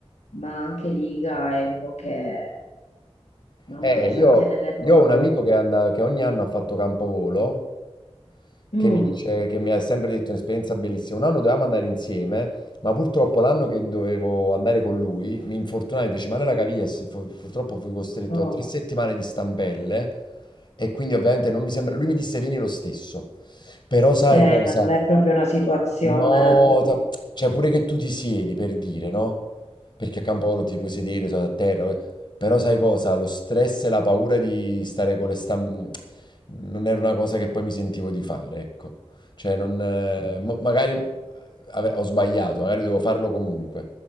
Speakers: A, on the left; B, on the left.
A: ma anche Liga è uno che... Mamma
B: Eh,
A: mia, sa
B: io,
A: tenere proprio.
B: io ho un amico che, è andato- che ogni anno ha fatto campovolo,
A: Mm,
B: che mi dice, che mi ha sempre detto un'esperienza bellissima. Un anno dovevamo andare insieme, ma purtroppo l'anno che dovevo andare con lui mi infortunai, mi feci male alla caviglia e se- fu- purtroppo fui costretto
A: oh.
B: a tre settimane di stampelle e quindi ovviamente non mi sembra... Lui mi disse vieni lo stesso, però sai
A: Eh,
B: cosa?
A: ma non è proprio una situazione.
B: No,
A: mm,
B: ta- cioè pure che tu ti siedi per dire, no? Perché a Campolo ti puoi sedere, sono a terra, eh. però sai cosa? Lo stress e la paura di stare con le stampe non era una cosa che poi mi sentivo di fare, ecco. Cioè non, eh, mo- magari ave- ho sbagliato, magari dovevo farlo comunque,